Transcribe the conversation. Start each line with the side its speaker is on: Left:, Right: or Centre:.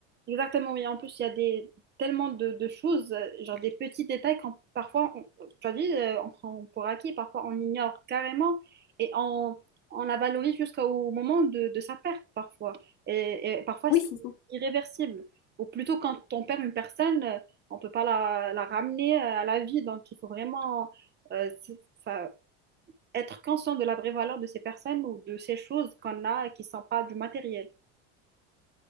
Right: Exactement, oui. En plus, il y a des, tellement de, de choses, euh, genre des petits détails qu'on parfois, on, tu as dit, euh, on prend pour acquis, parfois on ignore carrément et on, on la valorise jusqu'au moment de, de sa perte parfois. Et, et parfois,
Left: Oui,
Right: c'est
Left: c'est ça.
Right: irréversible. Ou plutôt, quand on perd une personne, euh, on ne peut pas la, la ramener euh, à la vie. Donc, il faut vraiment euh, c'est- ça- être conscient de la vraie valeur de ces personnes ou de ces choses qu'on a et qui ne sont pas du matériel.